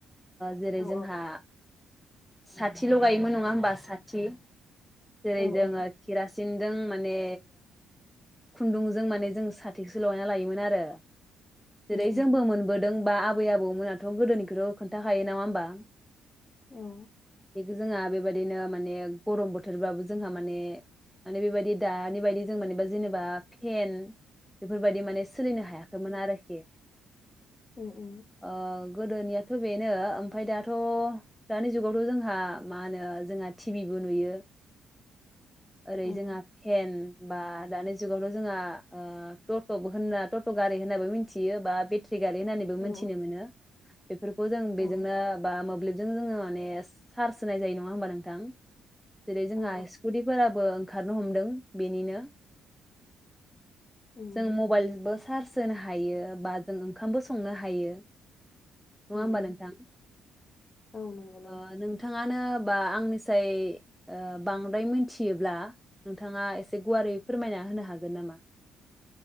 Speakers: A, in the centre; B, on the left.
A: जेरै
B: औ
A: जोंहा साथि लगायोमोन नङा होमबा साथि जेरै
B: औ
A: जोङो
B: औ
A: खिरासिन सिनजों माने खुन्दुंजों माने जों साथिसो लगायना लायोमोन आरो जेरै
B: उम उम
A: जोंबो मोनबोदों बा आबै आबौमोनाथ' गोदोनिखौथ' खोन्थाखायो नंङा होमबा
B: औ
A: जोंहा बेबायदिनो माने गरम बोथोरबाबो जोंहा माने माने बेबायदि दानि बायदि जों माने जेनेबा फेन बेफोरबायदि माने सोलिनो हायाखैमोन आरोखि
B: औ औ
A: ओ गोदोनियाथ' बेनो ओमफ्राय दाथ' दानि जुगावथ' जोंहा मा होनो जोंहा टिभिबो बो नुयो
B: <inaudible>
A: ओरै
B: उम
A: जोंहा फेन बा दानि जुगावनो जोंहा ओ टट' बो होनना टट' गारिबो होनना मिथियो बा बे फ्लि गारि होननानैबो
B: औ
A: मोनथिनो मोनो बेफोरखौ जों बेजोंनो
B: औ
A: बा मोब्लिबजों जोंङो माने चारस होनाय जायो नङा होनबा नोंथां जेरै जोंहा
B: औ
A: सक्टि फोराबो ओंखारनो हमदों बेनिनो
B: उम
A: जों मबाइल बो सार सोनो हायो बा जों ओंखामबो संनो हायो नङा
B: उम
A: होमबा
B: उम
A: नोंथां
B: औ नंगौ नंगौ
A: ओ नों थाङानो बा आंनिसाय ओ बांद्राय मिथियोब्ला नोंथाङा एसे गुवार रै फोरमायना होनो हागोन नामा?